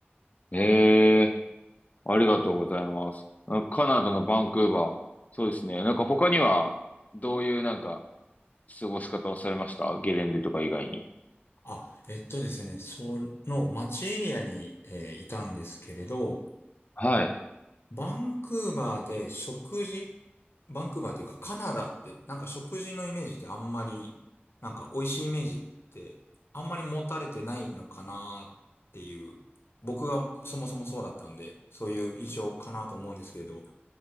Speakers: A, on the left (about 40°); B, on the left (about 75°).
A: ええ、ありがとうございます。あカナダのバンクーバー。そうですね。なんか他には、どういうなんか過ごし方をされましたゲレンデとか以外に。
B: あ、えっとですね、その街エリアに、えーいたんですけれど、
A: はい。
B: バンクーバーで食事、バンクーバーっていうかカナダってなんか食事のイメージってあんまり、なんか美味しいイメージってあんまり持たれてないのかなっていう、僕がそもそもそうだったんで、そういう印象かなと思うんですけれど、